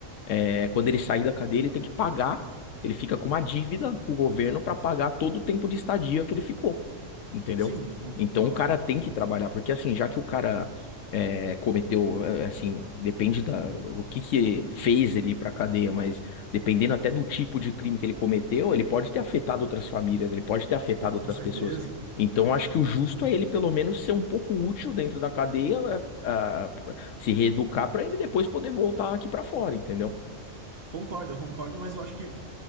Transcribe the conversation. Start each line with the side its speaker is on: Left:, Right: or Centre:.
Left: é, quando ele sair da cadeia, ele tem que pagar. Ele fica com uma dívida, o governo, para pagar todo o tempo de estadia que ele ficou entendeu?
Right: Sim, com-
Left: Então
Right: eu
Left: o cara
Right: acho,
Left: tem que trabalhar, porque assim, já que o cara é, cometeu, é, assim, depende da, do que que fez ele ir pra cadeia, mas dependendo até do tipo de crime que ele cometeu, ele pode ter afetado outras famílias, ele pode ter afetado outras
Right: com certeza.
Left: pessoas. Então acho que o justo
Right: Com certeza.
Left: é ele pelo menos ser um pouco útil dentro da cadeia, é, a- se reeducar pra ele depois poder voltar aqui pra fora, entendeu?
Right: Concordo, eu concordo, mas eu acho que,